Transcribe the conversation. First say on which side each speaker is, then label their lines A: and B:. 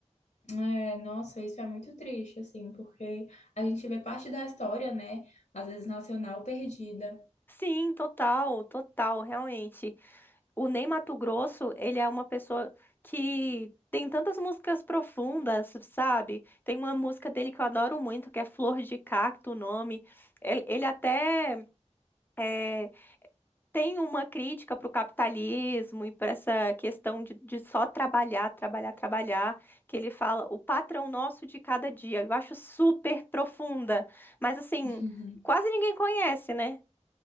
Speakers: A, on the left (about 80°); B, on the left (about 15°).
A: É, nossa, isso é muito triste, assim, porque a gente vê parte da história, né? Às vezes nacional perdida. <laughs>
B: Sim, total, total, realmente. O Ney Matogrosso, ele é uma pessoa que tem tantas músicas profundas, sabe? Tem uma música dele que eu adoro muito, que é Flor de Cacto, o nome. Ele, ele até é, tem uma crítica pro capitalismo e para essa questão de, de só trabalhar, trabalhar, trabalhar, que ele fala o patrão nosso de cada dia. Eu acho super profunda, mas assim,
A: Uhum.
B: quase ninguém conhece, né?